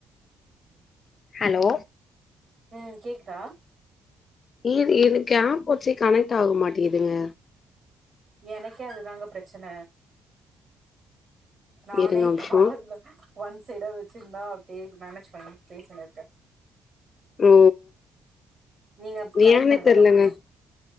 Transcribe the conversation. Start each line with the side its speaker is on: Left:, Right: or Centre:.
Left: ஹலோ
Right: ம் கேக்குதா
Left: இ எது கேம்ப் வச்சு கனெக்ட் ஆக மாட்டேதுங்க
Right: எனக்கே அதுதாங்க பிரச்சன நானே
Left: இருங்க ஒரு
Right: காதுல
Left: நிமிஷோ
Right: ஒன் சைடா வச்சிருந்தா அப்டியே மேனேஜ் பண்ணி பேசிட்டு இருக்கே
Left: ஓ
Right: நீங்க
Left: தியானே
Right: கனெக்ட் பண்ணுங்க
Left: தெரிலங்க
Right: அதுக்கப்றந்தா